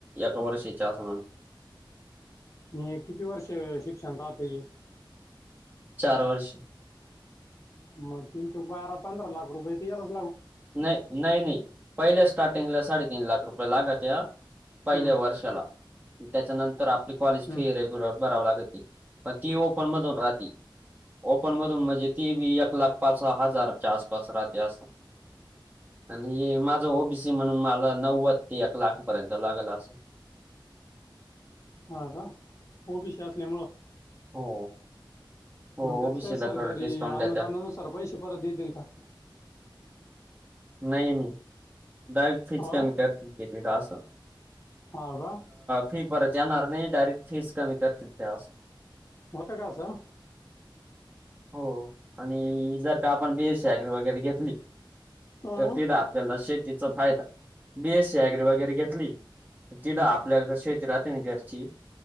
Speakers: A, on the right (about 20°); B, on the left (about 35°).
A: एका वर्षीच्या म्ह
B: म किती वर्ष शिक्षण राहते.
A: चार वर्ष.
B: मग तिनचौक बारा पंधरा लाख रुपये त
A: नाही नाही नाही पहिल्या स्टार्टिंगला साडेतीीन लाख रुपये लागत या. पहिल्या
B: हं,
A: वर्षाला त्याच्यानंतर आपली कॉलेज
B: हं.
A: फी रेग्युलर भराव लागेते. पती ओपन मधून राहाती. ओपन मधून म्हणजे ती बी एक लाख पाच स हजारच्या आसपास राहते असं.
B: ह
A: आणि माझं ओबीसी म्हणून मला नव्वद ते एक लाख पर्यंत लागेल असं.
B: हा का ओ बी शी असल्या मुळ
A: हो. हो
B: मग त्यात
A: ओबीसीला
B: काही सर
A: थोडं
B: करी
A: डिस्काउंट
B: अनुदाननुसार
A: देत्या
B: पैसे परत देतील का
A: नाही मी डायरेक्ट फिच
B: हा
A: का म करतला असं.
B: हा का
A: फी परत येणार नाही डायरेक्ट फीज कमी करतील त्यावस
B: होता कासां
A: हो आणि जर का आपण बी स सी ऍग्री वगैरे घेतली.
B: हां
A: तर तिड आपल्याला शेतीचा फायदा बी एस सी ऍग्री वगैरे घेतली. तिड
B: हं,
A: आपल्याला शेती राहते ना घरची